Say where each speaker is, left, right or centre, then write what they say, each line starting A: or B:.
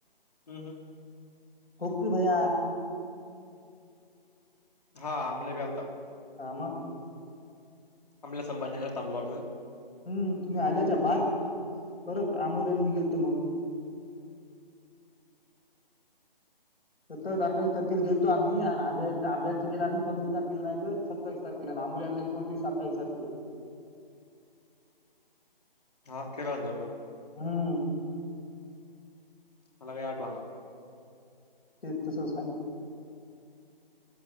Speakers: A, on the left; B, on the left.
A: हम्म हम्
B: होकी भैया.
A: हा अमल्या बी अलता.
B: ह म
A: अमल्या संभाजीनगरला थांबला
B: हम्म तुम्ही आल्याच्या बाद परत आमोल्यान मी गेलतो म सत्तावीस अठ्ठावीस तारखेला गेलो आम्ही आणि अभ्या अभ्यास के अस सव्वीस तार केलं नाही तर सत्तावीस तारखेला ना आमल्या एकोणतीस अठ्ठावीस तारखेला
A: हा के अंद मग.
B: हम्म.
A: मला काय आटवाना!
B: तीर्थसंर्कार